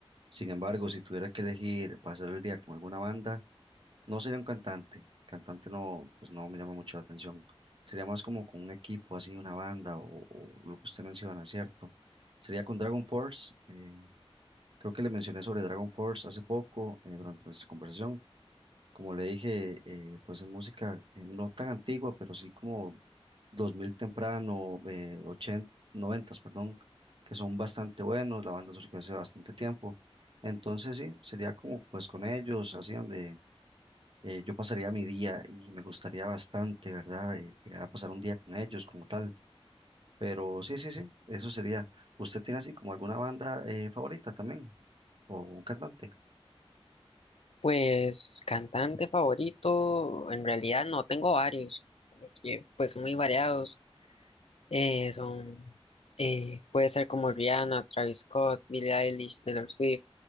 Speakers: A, on the right (about 55°); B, on the left (about 75°).
A: Sin embargo, si tuviera que elegir pasar el día con alguna banda, no sería un cantante. Cantante no, pues no me llama mucho la atención. Sería más como con un equipo, así una banda o, o lo que usted menciona, ¿cierto? Sería con Dragon Force. eh, Creo que le mencioné sobre Dragon Force hace poco, eh, durante nuestra conversación. Como le dije, eh, pues es música eh, no tan antigua, pero sí como 2000 temprano, eh, 80, 90, perdón, que son bastante buenos. La banda surgió hace bastante tiempo. Entonces sí, sería como pues con ellos, así donde eh, yo pasaría mi día y me gustaría bastante, ¿verdad? Eh, llegar a pasar un día con ellos como tal. Pero sí, sí, sí, eso sería. ¿Usted tiene así como alguna banda eh, favorita también o un cantante?
B: Pues cantante favorito, en realidad no tengo varios, que pues son muy variados. Eh, son, eh, puede ser como Rihanna, Travis Scott, Billie Eilish, Taylor Swift,